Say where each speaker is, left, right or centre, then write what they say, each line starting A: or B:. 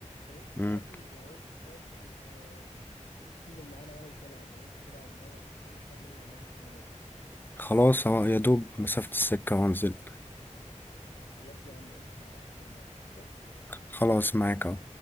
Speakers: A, on the left (about 85°); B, on the left (about 15°).
A: فممكن
B: مم.
A: عادي لو انت فاضي آه تنزل معانا يعني وتلعب لو انت فاضي على نقعد على الكافيه اللي احنا بنقعد عليه على كل مره
B: خلاص اهو يا دوب مسافة السكة وانزل
A: خلاص يا عم قشطه استناك قشطه
B: خلاص معاك اهو